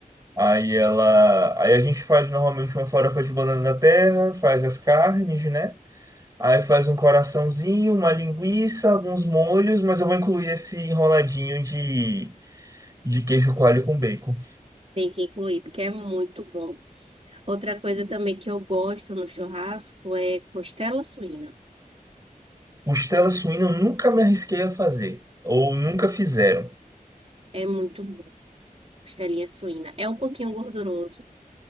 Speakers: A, on the right; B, on the right.
A: Aí ela. Aí a gente faz normalmente uma farofa de banana da terra, faz as carnes, né? Aí faz um coraçãozinho, uma linguiça, alguns molhos, mas eu vou incluir esse enroladinho de, de queijo coalho com bacon.
B: Tem que incluir, porque é muito bom. Outra coisa também que eu gosto no churrasco é costela suína.
A: Costela suína eu nunca me arrisquei a fazer. Ou nunca fizeram.
B: É muito bom, costelinha suína. É um pouquinho gorduroso,